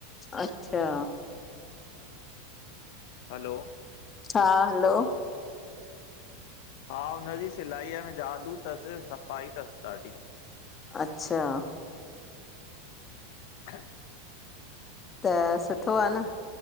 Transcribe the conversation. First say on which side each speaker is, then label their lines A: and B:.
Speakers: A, on the left (about 25°); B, on the left (about 60°).
A: अच्छा।
B: हलो,
A: हा हलो,
B: हा हुनजी सिलाईअ में जादू तस सफ़ाई तस ॾाढी।
A: अच्छा।
B: <inaudible>
A: त सुठो आ न।